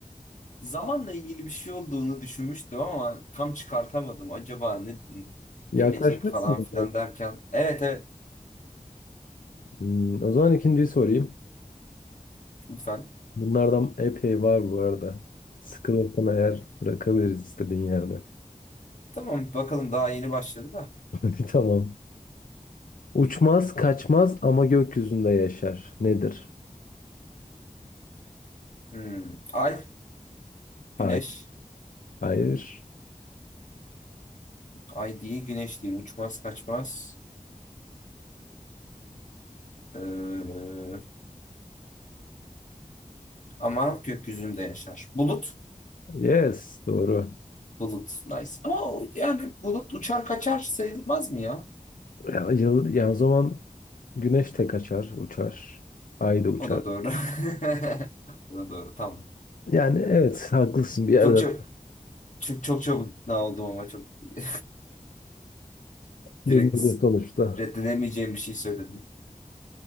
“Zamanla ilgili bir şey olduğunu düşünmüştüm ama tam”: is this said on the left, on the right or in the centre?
Left